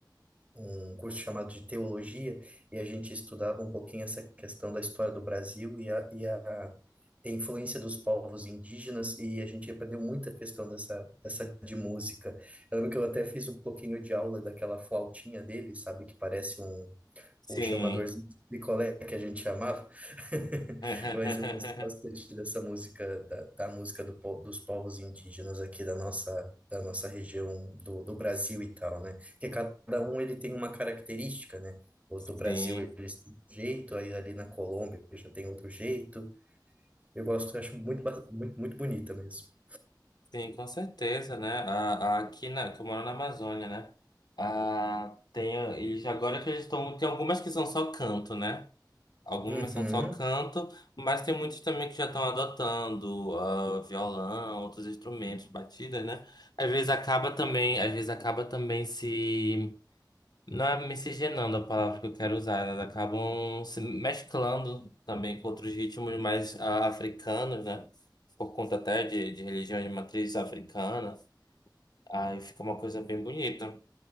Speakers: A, on the right (about 20°); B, on the left (about 65°).
A: um curso chamado de teologia e a gente estudava um pouquinho essa questão da história do Brasil e a, e a influência dos povos indígenas e a gente aprendeu muita questão dessa, dessa de música. Eu lembro que eu até fiz um pouquinho de aula daquela flautinha dele, sabe, que parece um,
B: Sim.
A: o chamadorzinho de picolé que a gente chamava, <laughs>
B: <laughs>
A: mas eu gosto bastante dessa música, da, da música do po- dos povos indígenas aqui da nossa, da nossa região do, do Brasil e tal, né? Porque cada um ele tem uma característica, né? Os
B: Sim.
A: do Brasil eles têm um jeito, aí ali na Colômbia já tem outro jeito. Eu gosto, eu acho muito, ba- muito, muito bonita mesmo.
B: Sim, com certeza, né? A, a- aqui na, que eu moro na Amazônia, né? Ah, tem, ah, eles agora que eles estão. Tem algumas que são só canto, né? Algumas
A: Uhum,
B: são só canto, mas tem muitos também que já estão adotando ah, violão, outros instrumentos, batidas, né? Às vezes acaba também, às vezes acaba também se Não é miscigenando a palavra que eu quero usar, elas acabam se mesclando também com outros ritmos mais ah, africanos, né? Por conta até de, de religião de matriz africana. Aí fica uma coisa bem bonita.